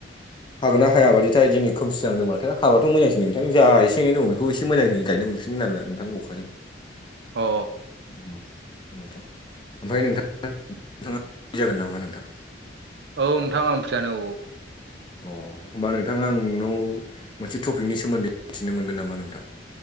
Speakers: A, on the left (about 25°); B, on the right (about 60°).
A: हागोना हायााबादिथाय दिनै खोमसि जाना दं माथो। हाबाथ' मोजांसै नोंथां जा एसे-एनै दं बे- खौ एसे मोजाङै गायनो मोनफिनगोन आरोना नोंथां अखाजों औ
B: अ
A: नोंथां ओमफ्राय नोंथाङा <unintelligible> जागोन नामा नोंथां?
B: औ नोंथां आं फ्रियानो औ।
A: अ होमबा नोंथां आं नोंनाव मोनसे टपिकनि सोमोन्दै मिथिनो मोनगोन नामा नोंथां?